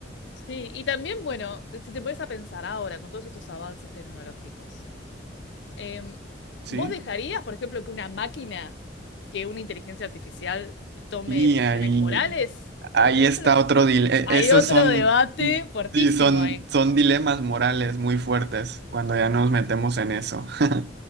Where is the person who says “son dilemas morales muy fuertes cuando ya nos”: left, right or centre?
Right